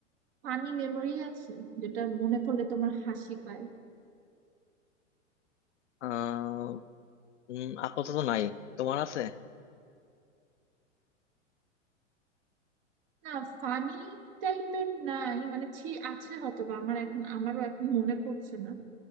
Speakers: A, on the right; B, on the left.
A: ফানি মেমোরি আছে যেটা মনে পড়লে তোমার হাসি পায়
B: আহ উম, আপাতত নাই তোমার আছে
A: না ফানি টাইপের নাই মানে ছি আছে হয়তো বা আমার এখন আমারও এখন মনে পড়ছে না